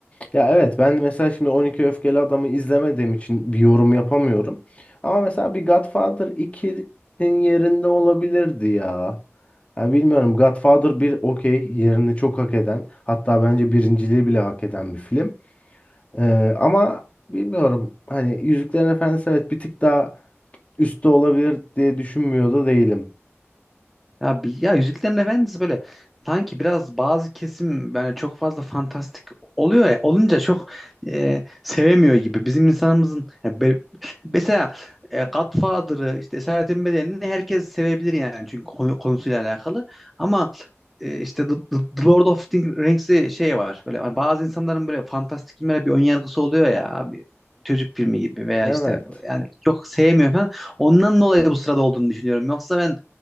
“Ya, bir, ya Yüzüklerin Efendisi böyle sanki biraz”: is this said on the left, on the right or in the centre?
Centre